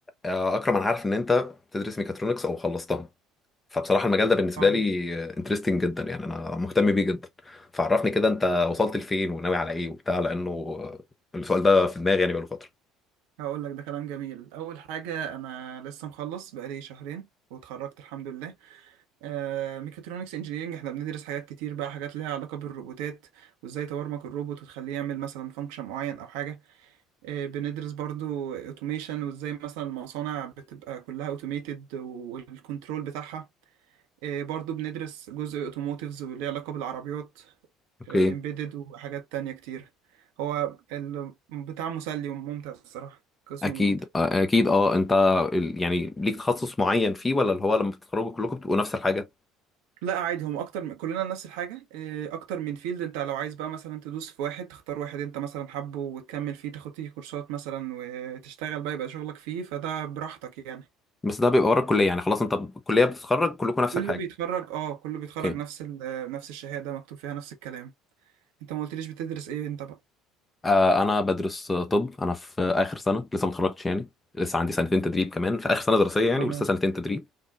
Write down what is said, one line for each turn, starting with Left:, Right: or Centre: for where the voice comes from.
Left: آه، اكرم انا عارف ان انت بتدرس ميكاترونكس او خلصتها فبصراحه المجال ده بالنسبه
Right: اه
Left: لي انترستنج جدا يعني انا مهتم بيه جدا فعرفني كده انت وصلت لفين وناوي على ايه وبتاع لانه آه، السؤال ده في دماغي يعني بقاله فتره
Right: هقول لك ده كلام جميل اول حاجه انا لسه مخلص بقالي شهرين واتخرجت الحمد لله آه ميكاترونكس انجينيرنج احنا بندرس حاجات كتير بقى حاجات ليها علاقه بالروبوتات وازاي تبرمج الروبوت وتخليه يعمل مثلا فانكشن معين او حاجه آه بندرس برضو اوتوميشن وازاي مثلا المصانع بتبقى كلها اوتوميتد والكنترول بتاعها إيه، برضو بندرس جزء اوتوموتيفز واللي ليه علاقة بالعربيات
Left: اوكي
Right: امبيدد وحاجات تانية كتير هو ال- بتاع مسلي وممتع الصراحة قسم
Left: اكيد
Right: ممتع
Left: آه، اكيد اه انت ال- يعني ليك تخصص معين فيه ولا اللي هو لما بتتخرجوا كلكم بتبقوا نفس الحاجه
Right: لا عادي هم اكتر من كلنا نفس الحاجة إيه، اكتر من فيلد انت لو عايز بقى مثلا تدوس في واحد تختار واحد انت مثلا حابه وتكمل فيه تاخد فيه كورسات مثلا وتشتغل بقى يبقى شغلك فيه فده براحتك يعني
Left: بس ده بيبقى ورا الكليه يعني خلاص انت ب- الكليه بتتخرج كلكم نفس
Right: كله
Left: الحاجه
Right: بيتخرج اه كله بيتخرج
Left: اوكي
Right: نفس ال- نفس الشهادة مكتوب فيها نفس الكلام انت ما قلتليش بتدرس ايه انت بقى
Left: آه انا بدرس آه، طب انا في اخر سنه لسه ما اتخرجتش يعني لسه عندي سنتين تدريب كمان في اخر سنه دراسيه يعني
Right: اه
Left: ولسه سنتين تدريب